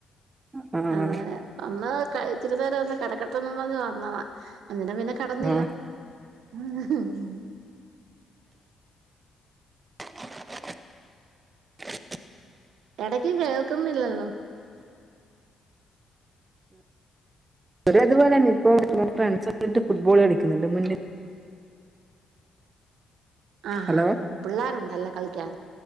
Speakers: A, on the right; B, on the right.
A: അഹ് അഹ്ഹ
B: അതെ
A: ആഹ്
B: ഒന്ന് ഇച്ചിരി നേരംന്ന് കടക്കട്ടെന്നും പറഞ്ഞ് വന്നതാ അന്നിട്ട് പിന്ന കടന്നില്ല
A: ആ
B: ഉം
A: <inaudible>
B: എടയ്ക്ക് കേൾക്കുന്നില്ലല്ലൊ
A: ഇവരുംഅതുപോലെന്നെ ഇപ്പോ ഫ്രണ്ട്സ് ന്ന്ട്ട് ഫുട്ബോൾ കളിക്കുന്നുണ്ട് മുന്നിൽ
B: ആഹ്
A: ഹലോ
B: ആഹ് പിള്ളാരുണ്ടല്ലേ കളിക്കാൻ